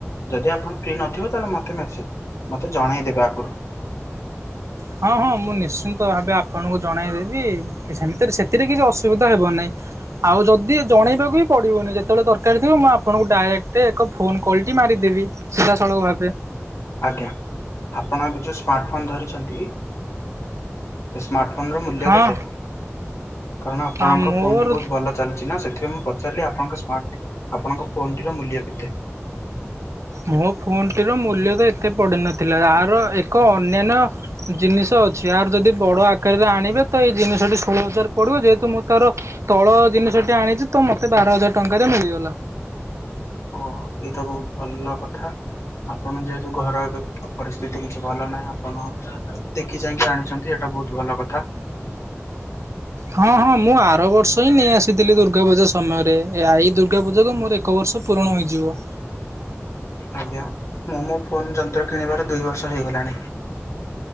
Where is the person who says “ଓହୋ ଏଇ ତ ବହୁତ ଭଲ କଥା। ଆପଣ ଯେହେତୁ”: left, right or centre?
Left